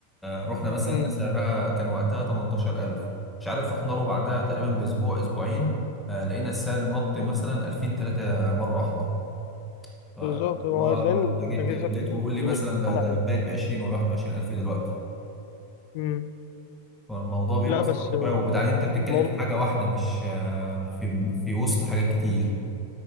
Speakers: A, in the centre; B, on the left.
A: رحنا مثلا
B: مم.
A: لقينا سعرها كان وقتها 18000 مش عارف رحنا له بعدها تقريبا بأسبوع أسبوعين آه، لقينا السعر نط مثلا 2000 3 مرة واحدة فاللي
B: بالظبط هو
A: هو
B: لأن
A: انت
B: الأجهزة
A: جيت لقيته
B: الكهربائية
A: بيقول لي مثلا
B: مش بتتصنع
A: ده ده
B: هنا
A: بقت ب 20 ولا 21 الف دلوقتي
B: مم.
A: فالموضوع بيبقى
B: لا بس
A: صعب
B: آه،
A: شويه وبعدين انت بتتكلم
B: الموضوع
A: في
B: مرعب
A: حاجه واحده مش آه، في في وسط حاجات كتير